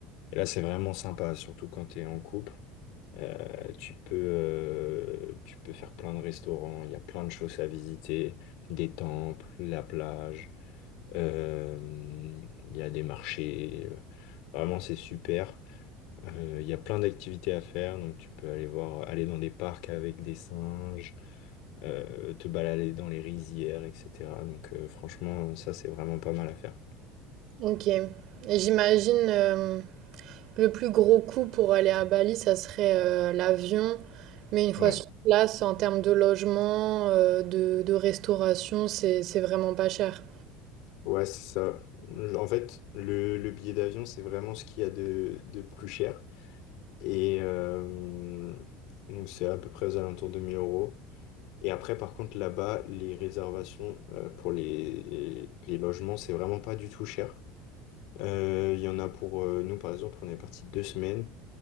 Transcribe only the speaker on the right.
Ok. Et j'imagine. euh, Le plus gros coût pour aller à Bali, ça serait euh, l'avion. Mais une fois
sur place, en termes de logement, euh, de, de restauration, c'est, c'est vraiment pas cher.